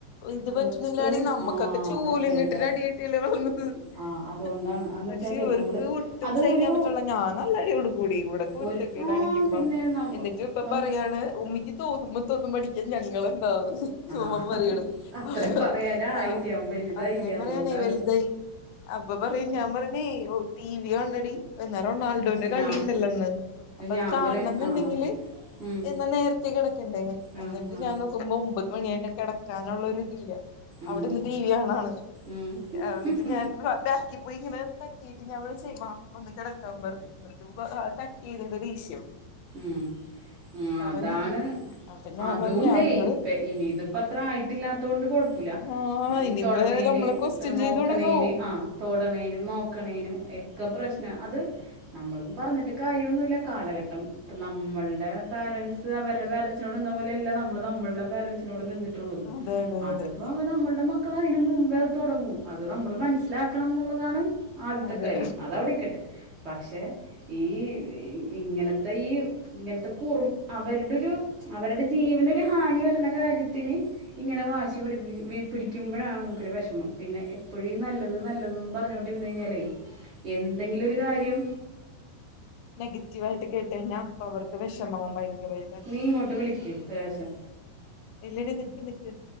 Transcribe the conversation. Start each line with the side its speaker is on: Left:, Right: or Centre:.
Left: ഇത് പറ്റുന്നില്ലാടീന്നോ
Right: ഒട്ടും
Left: നമ്മക്കൊക്കെ
Right: ആ
Left: ചൂലും
Right: പറ്റണില്ല
Left: കെട്ടീട്ട് അടി കിട്ടിയല്ലേ <unintelligible>
Right: ആ അതുകൊണ്ടാണ് അതെന്ന്
Left: പക്ഷെ
Right: വെച്ചാൽ
Left: ഇവർക്ക്
Right: നമ്മൾ
Left: ഒട്ടും
Right: അത്
Left: സഹിക്കാൻ
Right: ഒരു
Left: പറ്റണില്ല ഞാൻ നല്ല അടി കൊടുക്കു ടി ഇവിടെ കുരുത്ത
Right: ഒരു
Left: ക്കേട്
Right: ആ
Left: കാണിക്കുമ്പൊ
Right: പിന്നെ നമ്മ
Left: എന്നിട്ട് ഇപ്പൊ
Right: നമുക്ക്
Left: പറയാണ് ഉമ്മിക്ക് തോന്നുമ്പോ തോന്നുമ്പോ അടിക്കാൻ ഞങ്ങള് എന്താണ്
Right: ആ
Left: ഓൻ പറയണ്
Right: അത് അത്രയും
Left: അപ്പൊ
Right: പറയാനായിട്ട്
Left: ആഹ്
Right: ഞാൻ വലുതായില്ല
Left: അത്രേം
Right: അതുകൊണ്ടാണ്
Left: പറയാനായി വലുതായി അപ്പൊ പറയും ഞാൻ പറഞ്ഞേ ഒ ടി വി കാണണെടി എന്നാ റൊണാൾ <unintelligible> കളിണ്ടല്ലോ
Right: ഞാൻ
Left: ഇന്ന് അപ്പൊ
Right: ഞാൻ
Left: അത് കാണണം
Right: പറയണ
Left: എന്നുണ്ടെങ്കില്
Right: ആ ഉം,
Left: എന്നാ നേരത്തെേ കെടക്കണ്ടേ
Right: ആ
Left: എന്നിട്ട്
Right: ആ
Left: ഞാൻ നോക്കുമ്പോ ഒമ്പത് മണിയായിട്ട് കെടക്കാനൊള്ളൊരു ഇതില്ല
Right: ഉം,
Left: അവിടെന്ന് ടി വി കാണാണ്
Right: ഉം,
Left: ഏഹ് എന്നിട്ട് ഞാൻ ബാക്കീ പോയിങ്ങനെ തട്ടീട്ട് ഞാൻ വിളിച്ചേ വാ വന്ന് കെടക്കാൻ പറഞ്ഞ് എന്നിട്ടിപ്പാ തട്ടെയ്തിന്റെ ദേഷ്യം
Right: ഉം ഉം
Left: അവൻ
Right: അതാണ്
Left: അപ്പൊ ഞാൻ
Right: അതോണ്ടേ
Left: പറഞ്ഞു ഞങ്ങള്
Right: പെ <unintelligible> ഇനി ഇതിപ്പ അത്ര ആയി ഇല്ലാത്തോണ്ട് കുഴപ്പുല്ല
Left: ആ ഇനിയിപ്പ
Right: തൊടണേന്
Left: നമ്മളെ ക്വസ്റ്റ്യൻ ചെയ്ത്
Right: നോക്കണേന്
Left: തുടങ്ങോ
Right: ആ തൊടണേനും നോക്കണേനും എക്കെ പ്രശ്നാ അത് നമ്മളും പറഞ്ഞിട്ട് കാര്യൊന്നുല്ല കാലഘട്ടം അപ്പ നമ്മൾടെ പാരെന്റ്സ് അവരുടെ പാരെന്റ്സിനോട് നിന്ന പോലെയല്ല നമ്മള് നമ്മൾടെ പാരെന്റ്സിനോട് നിന്നി ഉള്ളത്
Left: അതെ അതെ
Right: അതിപ്പോ
Left: അതെ
Right: നമ്മൾടെ മക്കളയിനും മുമ്പേ തുടങ്ങും അത് നമ്മൾ മനസ്സിലാക്കാണെന്നുള്ളതാണ് ആദ്യത്തെ
Left: അതെ
Right: കാര്യം
Left: അതെ
Right: അതവിടെക്കട്ടെ പക്ഷേ ഈ ഇങ്ങനത്തെ ഈ ഇങ്ങനത്തെ കൂറും അവരുടൊരു അവരുടെ ജീവനൊരു ഹാനി വരണ കാര്യത്തിന് ഇങ്ങനെ വാശി പിടിപ്പിക്കു പിടിക്കുമ്പോഴാണ് നമുക്കൊരു വെഷമം പിന്നെ എപ്പോഴും ഇ നല്ലത് നല്ലതതെന്ന് പറഞ്ഞോ ഇരുന്നേയിഞ്ഞാലേ എന്തെങ്കിലും ഒരു കാര്യം
Left: നെഗറ്റീവ് ആയിട്ട് കേട്ടെഴിഞ്ഞാ അപ്പൊ അവർക്ക് വിഷമാവും ഭയങ്കരെ
Right: നീ ഇങ്ങോട്ട് വിളിക്ക്‌ ഒരാശം
Left: ഇല്ലെടി നിക്ക് നിക്ക്